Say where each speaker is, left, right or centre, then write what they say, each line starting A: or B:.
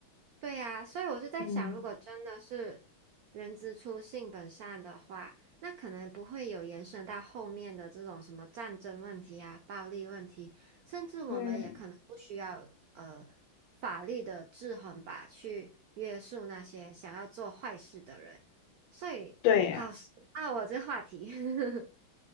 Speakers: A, on the right (about 80°); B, on the left (about 70°).
A: 对呀，所以我就在想，
B: 嗯
A: 如果真的是人之初性本善的话，那可能不会有延伸到后面的这种什么战争问题啊、暴力问题，甚至我们也可能不需要呃法律的制衡吧，
B: 嗯，
A: 去约束那些想要做坏事的人。所以，
B: 对呀，
A: 好深啊，我这话题。<laughs>